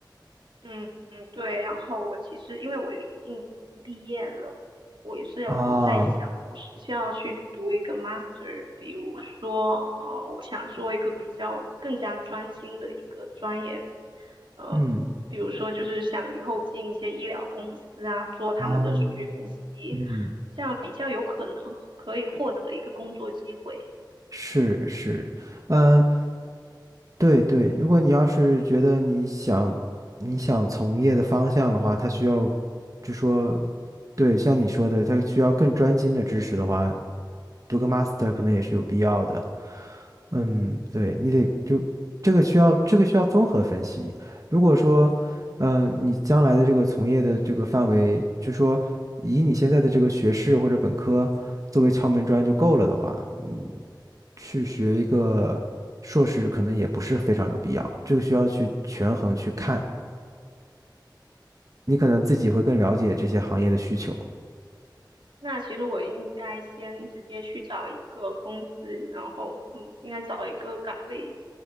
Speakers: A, on the right (about 85°); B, on the right (about 45°).
A: 嗯嗯，对。然后我其实因为我临近毕业了，我也是有有在想，
B: 啊，
A: 我是不是要去读一个 master，比如说，呃，我想做一个比较更加专精的一个专业，呃，
B: 嗯
A: 比如说就是想以后进一些医疗公司啊，做他们的数据分析，
B: 啊，嗯。
A: 这样比较有可能可以获得一个工作机会。
B: 是是，嗯，对对，如果你要是觉得你想你想从业的方向的话，他需要，就说，对，像你说的，他需要更专精的知识的话，读个 master 可能也是有必要的。嗯，对，你得就这个需要这个需要综合分析。如果说，嗯、你将来的这个从业的这个范围，就说以你现在的这个学士或者本科作为敲门砖就够了的话，嗯。去学一个硕士，可能也不是非常有必要。这个需要去权衡去看，你可能自己会更了解这些行业的需求。
A: 那其实我应该先直接去找一个公司，然后嗯，应该找一个岗位，